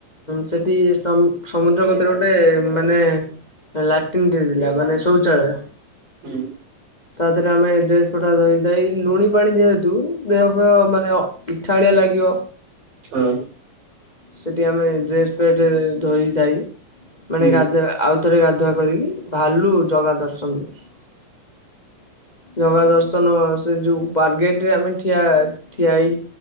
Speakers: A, on the left; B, on the right.
A: ସେଠି ସମ ସମୁଦ୍ର କତରେ ଗୋଟେ ମାନେ ଲାଟିନ୍ ଥିଲା ମାନେ ଶୌଚାଳୟ
B: ହୁଁ
A: ତାଥହରେ ଆମେ ଡ୍ରେସ ପଟା ଧଥା ଲୁଣି ପାଣି ଯେହେତୁ ଦେହ ଫେଅ ମାନେ ଅ ପିଠାଲିଆ ଲାଗିବ
B: ହଁ
A: ସେଠି ଆମେ ଡ୍ରେସ ପେଟ ଧୋଇ ଧାଇ ମାନେ
B: ହୁଁ
A: ଗାଧାଆ ଆ ଭିତରେ ଗାଧୁଆ କରିକି ବାହାରିଲୁ ଜଗା ଦର୍ଶନ ଦେଖି ଜଗା ଦର୍ଶନ ସେ ଯୋଉ ବାର୍ଗେଟରେ ଆମେ ଠିଆ ଠିଆ ହେଇ